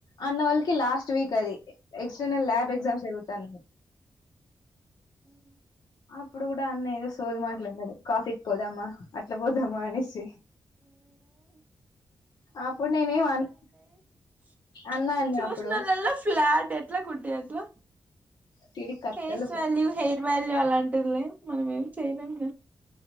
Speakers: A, on the left; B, on the right.
A: అన్న వాళ్ళకి లాస్ట్ వీక్ అది ఎ ఎక్స్టర్నల్ ల్యాబ్ ఎక్సామ్స్ జరుగుతనయ్ అప్పుడు కూడా అన్న ఏదో సోది మాట్లాలు అనాడు కాఫీకి పోదామా అట్లా పోదామా అనేసి అప్పుడు నేనే ఏం అన్
B: ప్చ్
A: అన్నా అన్నా
B: చూసినోల్లల
A: అప్పుడు
B: ఫ్లాట్ ఎట్లా కుట్టి అట్లా
A: తిడి కట్టలు
B: ఫేస్ వాల్యూ హెయిర్ వాల్యూ అలాంటిదిలే మనం ఏం చేయలేం గ